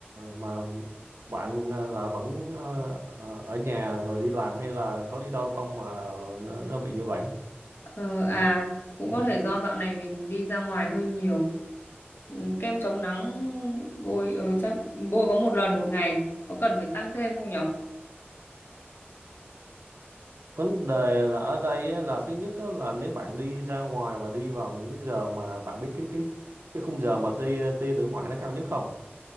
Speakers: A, on the right; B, on the left.
A: mà bạn ờ, là vẫn ờ, ờ, ở nhà rồi đi làm hay là có đi đâu không mà nó, nó bị như vậy
B: Ờ, à, cũng có thể do dạo này mình đi ra ngoài hơi nhiều. Ừ, Kem chống nắng bôi ờ, chắc bôi có một lần một ngày, có cần phải tăng thêm không nhỉ?
A: vấn đề là ở đây á, là thứ nhất á, là nếu bạn đi ra ngoài và đi vào những cái giờ mà bạn biết cái cái cái khung giờ mà tia tia tử ngoại nó cao nhất không